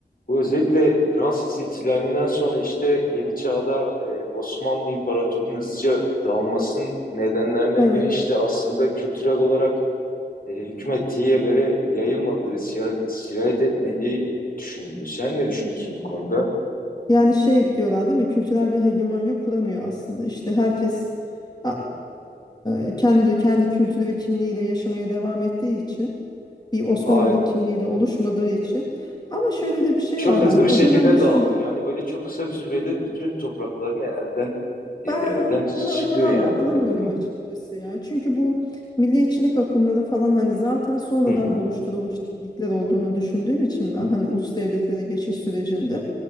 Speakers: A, on the left; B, on the left.
A: Bu özellikle Fransız ihtilalinden sonra işte yeni çağda e, Osmanlı İmparatorluğu'nun hızlıca dağılmasının nedenlerinden
B: Evet.
A: biri işte aslında kültürel olarak e, hükmettiği yerlere yayılmadığı, sira- sirayet etmediği düşünülüyor. Sen ne düşünüyorsun bu konuda?
B: Yani şey diyorlar değil mi? Kültürel bir hegemonya kuramıyor aslında. İşte herkes a- e, kendi kendi kültürü ve kimliğiyle yaşamaya devam ettiği için bir Osmanlılık
A: Aynen.
B: kimliği de oluşmadığı için. Ama şöyle de bir şey
A: Çok
B: var
A: hızlı
B: yani o
A: bir şekilde
B: dönemde
A: dağılıyor.
B: şimdi
A: Yani böyle çok kısa bir sürede bütün topraklarını elden e,
B: Ben
A: elden çıkıyor
B: ona o kadar
A: yani
B: bağlamıyorum
A: öyle bir durum.
B: açıkçası ya. Çünkü bu milliyetçilik akımları falan hani zaten sonradan
A: Hı hı.
B: oluşturulmuş kimlikler olduğunu düşündüğüm için ben hani ulus devletlere geçiş sürecinde